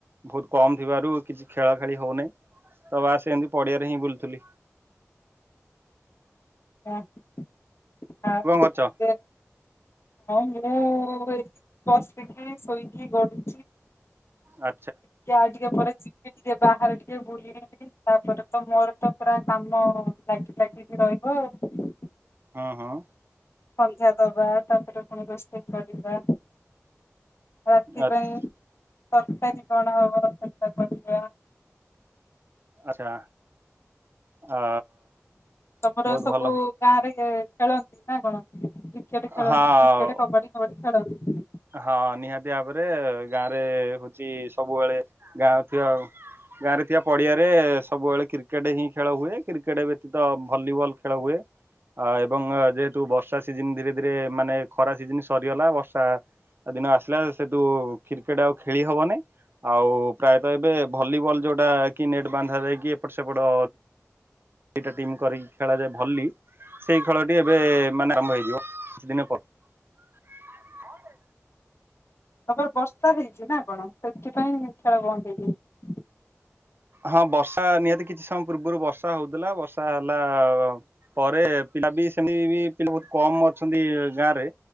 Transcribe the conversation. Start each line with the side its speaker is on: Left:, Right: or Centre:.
Right: ବହୁତ କମ ଥିବାରୁ କିଛି ଖେଳ ଖେଳି ହଉନାହିଁ। ତ ବାସ୍ ଏମତି ପଡିଆରେ ହିଁ ବୁଲ ଥିଲି।
Left: <unintelligible> ହଉ।
Right: କରୁଛ?
Left: ମୁଁ ଏଇଠି ବସିକି ଶୋଇକି ଗଢୁଛି।
Right: ଆ
Left: ଟିକେ ଆଉ ଟିକେ ପରେ ଯିବି ଟିକେ ବାହାରେ ଟିକେ ବୁଲି ଆସିବି। ତାପରେ ତ ମୋର ତ ପୁରା କାମ ଲାଗି ଲାଗିକି ରହିବ ଆଉ।
Right: ହଁ ହଁ।
Left: ସଂଖା ଦବା ତାପରେ ପୁଣି ଦୋସ୍ତ କରିବା। ରାତି
Right: ଆଚ୍ଛା
Left: ପାଇଁ। ତରକାରୀ କଣ ହବ ସେଟା କରିବା।
Right: ଆଚଛା ଆ
Left: ତମର
Right: ବହୁତ
Left: ସବୁ
Right: ଭଲ
Left: ଗାଁ ରେ ଖେ ଖେଳନ୍ତି ନା କଣ? କ୍ରିକେଟ
Right: ହଁ।
Left: ଖେଳନ୍ତି କ୍ରିକେଟ କବାଡି କବାଡି ଖେଳନ୍ତି?
Right: ହଁ ନିହାତି ଭାବରେ ଗାଁରେ ହଉଚି ସବୁବେଳେ ଗାଁ ଥିବ ଆଉ। ଗାଁ ରେ ଥିବା ପଡିଆରେ ସବୁବେଳେ କ୍ରିକେଟ ହିଁ ଖେଳ ହୁଏ, କ୍ରିକେଟ ବ୍ୟତୀତ ଭଲିବଲ ଖେଳ ହୁଏ। ଅ ଏବଂ ଯେହେତୁ ବର୍ଷା ସିଜନ ଧୀରେ ଧୀରେ ମାନେ ଖରା ସିଜନ ସରିଗଲା ବର୍ଷା ଦିନ ଆସିଲା ସେ ତୁ କ୍ରିକେଟ ଆଉ ଖେଳି ହବନାଇଁ। ଆଉ ପ୍ରାୟତଃ ଏବେ ଭଲିବଲ ଯୋଉଟା କି ନେଟ୍ ବାନ୍ଧା ଯକି ଏପଟ ସେପଟ ଦିଟା ଟିମ୍ କରିକି ଖେଳାଯାଏ ଭଲି। ସେଇ ଖେଳଟି ଏବେ ମାନେ ଆରମ୍ଭ ହେଇଯିବ କିଛି ଦିନ ପରେ। <inaudible>
Left: ତାପରେ ବର୍ଷା ହେଇଚି ନା କଣ, ସେଥିପାଇଁ ଖେଳ ବନ୍ଦ ହେଇଯାଇଚି।
Right: ହଁ ବର୍ଷା ନିହାତି କିଛି ସମୟ ପୂର୍ବରୁ ବର୍ଷା ହଉଥିଲା, ବର୍ଷା ହେଲା ପରେ ପିଲା ବି ସେମତି ବି ପିଲା ବହୁତ କମ ଅଛନ୍ତି ଗାଁ ରେ।